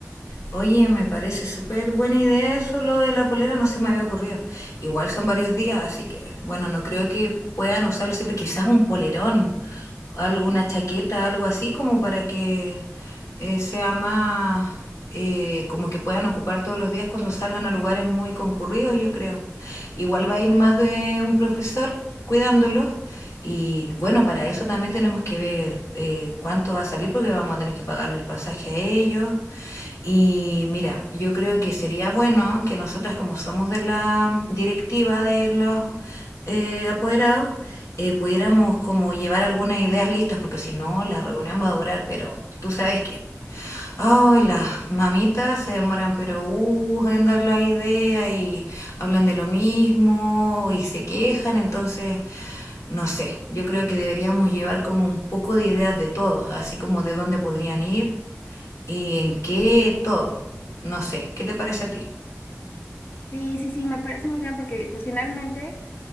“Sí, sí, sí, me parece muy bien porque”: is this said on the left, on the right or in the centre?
Left